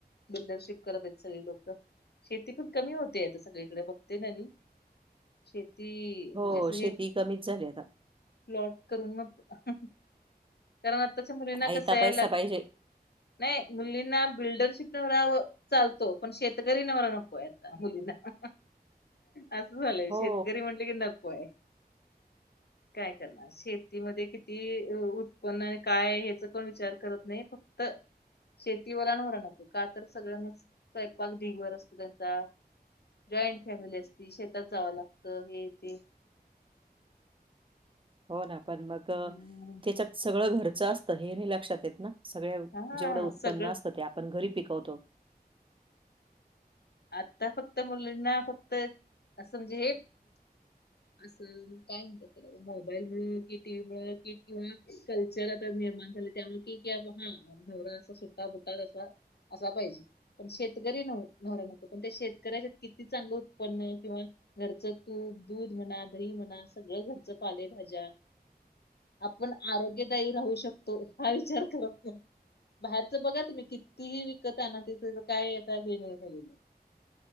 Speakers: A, on the left (about 80°); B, on the right (about 30°).
A: बिल्डरशिप करत आहेत सगळी लोक. शेती पण कमी होतीये आता सगळीकडे बघते ना मी शेती
B: हो
A: म्हणजे असं
B: शेती
A: हे
B: कमीच झाली आता.
A: प्लॉट करून मग कारण आताच्या मुलींना
B: आयता
A: कस आहे
B: पैसा
A: लग
B: पाहिजे.
A: नाही मुलींना बिल्डरशीप नवरा चालतो पण शेतकरी नवरा नकोय आता मुलींना. अस झालय
B: हो,
A: शेतकरी म्हटल की नकोय काय करणार. शेतीमध्ये किती उत्पन्न आणि काय आहे ह्याच कोण विचार करत नाही, फक्त शेतीवाला नवरा नको का तर सगळ्यांना स्वयंपाक ढिगभर असतो. घरचा जॉईंट फॅमिली असती शेतात जाव लागत हे तेे.
B: हो ना पण मग
A: हम्म
B: त्याच्यात सगळ घरच असत हे नाही लक्षात येत ना. सगळ
A: हा
B: जेवढ उत्पन्न
A: सगळं
B: असत ते आपण घरी पिकवतो.
A: आता फक्त मुलींना फक्त अस म्हणजे हे अस काय म्हणतात? मोबाईलमुळ कि टीव्हीमुळ कि किंवा कल्चर आता निर्माण झाल त्यामुळे कि <unintelligible> नवरा अस सुट्टा बुट्टात असा असा पाहिजे. पण शेतकरी नवरा नवरा नको पण त्या शेतकऱ्याच्यात किती चांगल उत्पन्न आहे किंवा घरच तूप, दूध म्हणा दही म्हणा सगळ घरच पालेभाज्या. आपण आरोग्यदायी राहू शकतो हा विचार करत नाही. बाहेरच बघा तुम्ही कितीही विकत आना तिथ <unintelligible> काय आता <unintelligible> झालेल.